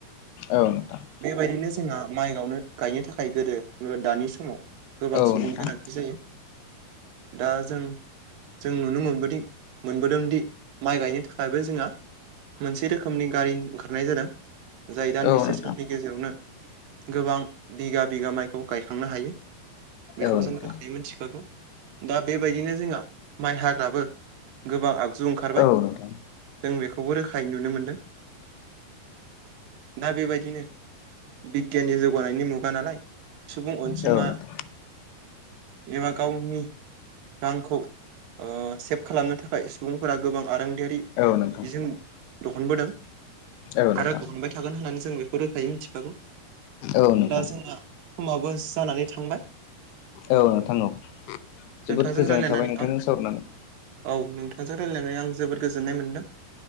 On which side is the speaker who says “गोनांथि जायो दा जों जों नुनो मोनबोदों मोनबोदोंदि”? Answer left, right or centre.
Right